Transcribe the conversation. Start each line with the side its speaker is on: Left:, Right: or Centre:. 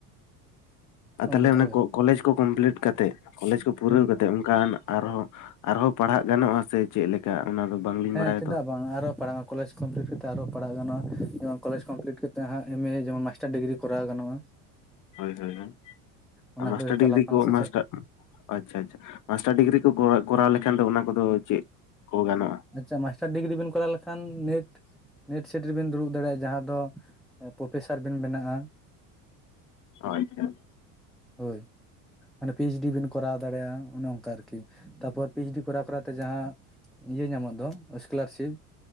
Left: ᱟᱨ
Centre: ᱚᱱᱠᱟ
Left: ᱛᱟᱦᱚᱞᱮ ᱚᱱᱟ ᱠᱚᱞᱮᱡᱽ ᱠᱚ ᱠᱚᱢᱯᱞᱤᱤᱴ ᱠᱟᱛᱮᱫ ᱠᱚᱞᱮᱡᱽ ᱠᱚ ᱯᱩᱨᱟᱹᱣ
Centre: ᱦᱩᱸ
Left: ᱠᱟᱛᱮᱫ ᱚᱱᱠᱟᱱ ᱟᱨᱦᱚᱸᱼᱼ ᱟᱨᱦᱚᱸ ᱯᱟᱲᱦᱟᱜ ᱜᱟᱱᱚᱜᱼᱟ ᱥᱮ ᱪᱮᱫ ᱞᱮᱠᱟ ᱚᱱᱟ ᱫᱚ ᱵᱟᱝᱞᱤᱧ
Centre: ᱦᱮᱸ
Left: ᱵᱟᱲᱟᱭᱟ
Centre: ᱪᱮᱫᱟᱜ
Left: ᱛᱚ ᱾
Centre: ᱵᱟᱝ ᱟᱨᱚ ᱯᱟᱲᱦᱟᱣ ᱠᱚᱞᱮᱡᱽ ᱠᱚᱢᱯᱞᱤᱴ ᱠᱟᱛᱮ ᱟᱨᱚ ᱯᱟᱲᱦᱟᱜ ᱜᱟᱱᱚᱜᱼᱟ᱾ ᱡᱮᱢᱚᱱ ᱠᱚᱞᱮᱡᱽ ᱠᱚᱢᱯᱞᱤᱴ ᱠᱟᱛᱮ ᱦᱟᱸᱜ ᱮᱢ ᱮ ᱡᱮᱢᱚᱱ ᱢᱟᱥᱴᱟᱨ ᱰᱤᱜᱽᱨᱤ ᱠᱚᱨᱟᱣ ᱜᱟᱱᱚᱜᱼᱟ᱾
Left: ᱦᱳᱭ ᱦᱳᱭ ᱦᱳᱭ
Centre: ᱚᱱᱟ
Left: ᱢᱟᱥᱴᱟᱨ
Centre: ᱠᱚ ᱡᱚᱛᱚ
Left: ᱰᱤᱜᱽᱨᱤ
Centre: ᱞᱟᱯᱷᱟᱝ
Left: ᱠᱚ
Centre: ᱥᱮᱪᱮᱫ
Left: ᱢᱟᱥᱴᱟᱨ ᱟᱪᱪᱷᱟ ᱟᱪᱪᱷᱟ᱾ ᱢᱟᱥᱴᱟᱨ ᱰᱤᱜᱽᱨᱤ ᱠᱚ ᱠᱚᱨᱟᱣ ᱞᱮᱠᱷᱟᱱ ᱫᱚ ᱚᱱᱟ ᱠᱚᱫᱚ ᱪᱮᱫ ᱠᱚ ᱜᱟᱱᱚᱜᱼᱟ?
Centre: ᱟᱪᱪᱷᱟ ᱢᱟᱥᱴᱟᱨ ᱰᱤᱜᱽᱨᱤ ᱵᱤᱱ ᱠᱚᱨᱟᱣ ᱞᱮᱠᱷᱟᱱ ᱱᱮᱴ ᱱᱮᱴ ᱥᱮᱴ ᱨᱮᱵᱤᱱ ᱫᱩᱲᱩᱵ ᱫᱟᱲᱮᱭᱟᱜᱼᱟ ᱡᱟᱦᱟᱸ ᱫᱚ ᱯᱨᱚᱯᱷᱮᱥᱟᱨ ᱵᱤᱱ ᱵᱮᱱᱟᱜᱼᱟ ᱾
Left: ᱚ ᱟᱪᱪᱷᱟ
Centre: ᱦᱳᱭ ᱢᱟᱱᱮ ᱯᱤ ᱮᱭᱤᱪ ᱰᱤ ᱵᱤᱱ ᱠᱚᱨᱟᱣ ᱫᱟᱲᱮᱭᱟᱜᱼᱟ᱾ ᱚᱱᱮ ᱚᱱᱠᱟ ᱟᱨᱠᱤ ᱛᱟᱨᱯᱚᱨ ᱯᱤ ᱮᱭᱤᱪ ᱰᱤ ᱠᱚᱨᱟᱣ ᱠᱚᱨᱟᱣᱛᱮ ᱡᱟᱦᱟᱸ ᱤᱭᱟᱹ ᱧᱟᱢᱚᱜ ᱫᱚ ᱥᱠᱚᱞᱟᱨᱥᱤᱯ